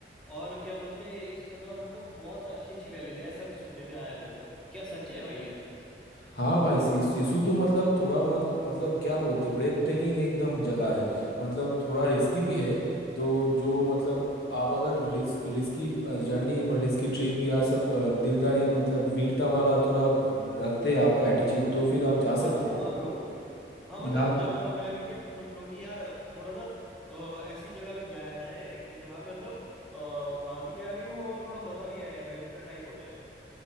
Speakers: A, in the centre; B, on the left.
A: और क्या बोलते हैं इस जगह मतलब बहुत सा अच्छी अच्छी वैलीज है ऐसा भी सुनने में आया मेरे को क्या सच है भाई ये
B: हाँ भाई सी- सिसु तो मतलब थोड़ा मतलब मतलब क्या बोलते हैं ब्रेथ टेकिंग एकदम जगह है मतलब थोड़ा रिस्की भी है तो जो मतलब आप अगर रिस्क रिस्की जर्नी रिस्की ट्रिप या सब अ, दिलदारी मतलब वीरता वाला थोड़ा रखते हैं आपका एटीट्यूड तो फिर आप जा
A: हाँ
B: सकते हैं
A: हाँ
B: मतलब
A: ब्रो हाँ मतलब
B: यहाँ
A: जब मैं भी ऐसा सोच रहा हूँ कि यार थोड़ा ना अ, ऐसी जगह भी जाया जाए कि जहाँ मतलब अ, वादियाँ भी हो और थोड़ा मजा भी आए एडवेंचर टाइप हो जाए